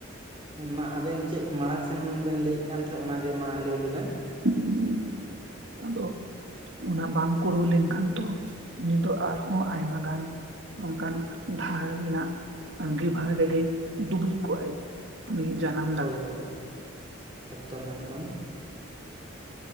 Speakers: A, on the right; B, on the right.
A: ᱦᱮᱸ ᱢᱟ ᱟᱵᱮᱱ ᱪᱮᱫ ᱢᱟᱲᱟᱝ ᱥᱮᱱ ᱵᱮᱱ ᱞᱟᱹᱭᱮᱫ ᱠᱟᱱ ᱛᱟᱦᱮᱸᱫ, ᱚᱱᱟᱜᱮ ᱢᱟ ᱞᱟᱹᱭ ᱞᱮᱵᱮᱱ᱾
B: <unintelligible> ᱟᱫᱚ ᱚᱱᱟ ᱵᱟᱝ ᱠᱩᱲᱟᱹᱣ ᱞᱮᱱᱠᱷᱟᱱ ᱛᱚ ᱩᱱᱤ ᱫᱚ ᱟᱨᱦᱚᱸ ᱟᱭᱢᱟ ᱜᱟᱱ ᱱᱚᱝᱠᱟᱱ ᱫᱷᱟᱨ ᱨᱮᱱᱟᱜ ᱟᱸᱜᱤᱵᱷᱟᱷᱟᱨ ᱨᱮᱜᱮᱭ ᱰᱩᱵᱩᱡ ᱠᱚᱜ-ᱟᱭ᱾ ᱩᱱᱤ ᱡᱟᱱᱟᱢ
A: ᱦᱳᱭ ᱦᱳᱭ, ᱮᱠᱫᱚᱢ ᱮᱠᱫᱚᱢ᱾